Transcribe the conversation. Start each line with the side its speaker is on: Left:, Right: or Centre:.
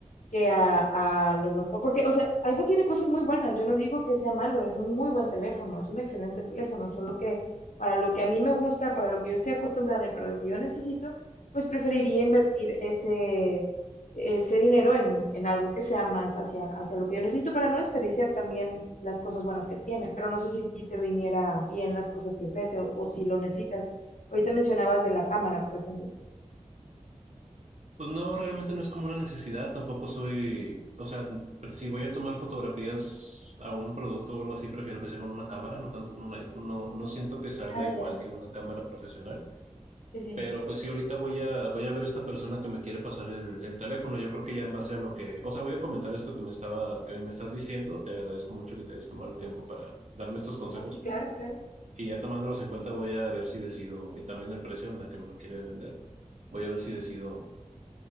Left: que a, a lo mejor, porque, o sea, iPhone tiene cosas muy buenas, yo no digo que sea malo, es un muy buen teléfono, es un excelente teléfono, solo que para lo que a mí me gusta, para lo que yo estoy acostumbrada y para lo que yo necesito, pues preferiría invertir ese, ese dinero en, en algo que sea más hacia, hacia lo que yo necesito para no desperdiciar también las cosas buenas que tiene, pero no sé si a ti te viniera bien las cosas que ofrece o, o si lo necesitas. Ahorita mencionabas de la cámara, por ejemplo.
Right: Pues no, realmente no es como una necesidad, tampoco soy, o sea, si voy a tomar fotografías a un producto o algo así, prefiero que sea con una cámara, no tanto con un iPhone, no, no siento que salga
Left: Ah,
Right: igual
Left: ya.
Right: que una cámara profesional,
Left: Sí, sí.
Right: pero pues sí, ahorita voy a, voy a ver a esta persona que me quiere pasar el, el teléfono, yo creo que ya en base a lo que, o sea, voy a comentar esto que me estaba, que me estás diciendo, te agradezco mucho que te hayas tomado el tiempo para darme estos consejos
Left: Ah, Sí, claro, claro.
Right: y ya tomándolos en cuenta voy a ver si decido, y también el precio en el que me lo quiere vender. Voy a ver si decido